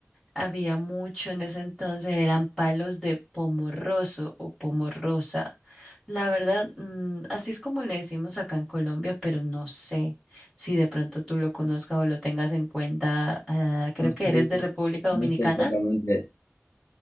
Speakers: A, in the centre; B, on the left.
A: Había mucho en ese entonces, eran palos de pomorroso o pomorrosa. La verdad, mm, así es como le decimos acá en Colombia, pero no sé si de pronto tú lo conozcas o lo tengas en cuenta. ah, creo
B: No
A: que
B: sé,
A: eres de República Dominicana.
B: no sé exactamente,